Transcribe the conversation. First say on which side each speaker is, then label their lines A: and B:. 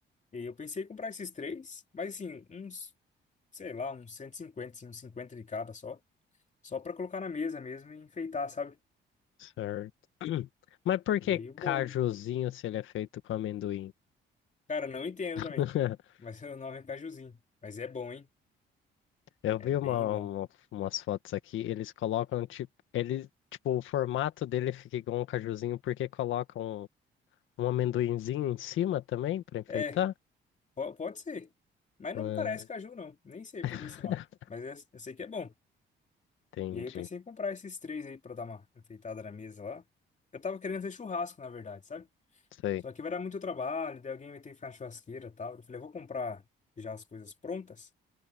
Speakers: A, on the left; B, on the left.
A: E eu pensei em comprar esses três, mas assim, uns, sei lá, uns 150 assim, uns 50 de cada só. Só pra colocar na mesa mesmo e enfeitar, sabe?
B: certo? <clears throat> Mas por que
A: E aí o
B: cajuzinho
A: bolo.
B: se ele é feito com amendoim?
A: Cara, não entendo
B: <laughs>
A: também. Mas <laughs> o nome é cajuzinho. Mas é bom, hein?
B: Eu
A: É
B: vi
A: bem
B: uma,
A: bom.
B: uma- umas fotos aqui, eles colocam tipo, ele, tipo, o formato dele fica igual um cajuzinho porque colocam um amendoinzinho em cima também para enfeitar.
A: É, po- pode ser. Mas
B: Ah,
A: não parece caju, não. Nem sei
B: <laughs>
A: por que esse nome. Mas eu, eu sei que é bom.
B: entendi.
A: E aí eu pensei em comprar esses três aí pra dar uma enfeitada na mesa lá. Eu tava querendo fazer churrasco, na verdade, sabe?
B: Sei.
A: Só que vai dar muito trabalho, daí alguém vai ter que ficar na churrasqueira e tal. Eu falei, eu vou comprar já as coisas prontas.